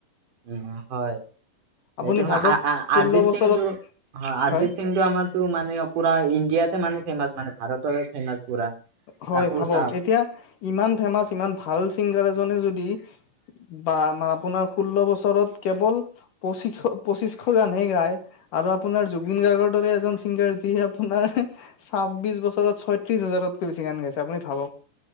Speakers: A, on the right; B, on the left.
A: উ হয় সেইটো
B: আপুনি ভাবক
A: অৰিজিত
B: ষোল্ল বছৰত
A: সিংটো অ' অৰিজিত
B: হয়
A: সিং তটো আমাৰতো মানে পুৰা ইণ্ডিয়াতে মানে ফেমাচ মানে ভাৰততে ফেমাচ। পুৰা
B: হয়
A: তাকো
B: ভাবক
A: চাওঁ
B: এতিয়া ইমান ফেমাচ ইমান ভাল চিংগাৰ এজনে যদি বা আমাৰ আপোনাৰ ষোল্ল বছৰত কেৱল পঁচিশ পঁচিশশ গানহে গায়। আৰু আপোনাৰ জুবিন গাৰ্গৰ দৰে এজন ছিংগাৰ যিয়ে আপোনাৰ ছাব্বিশ বছৰত ছয়ত্ৰিশ হাজাৰত বেছি গান গাইছে আপুনি ভাবক।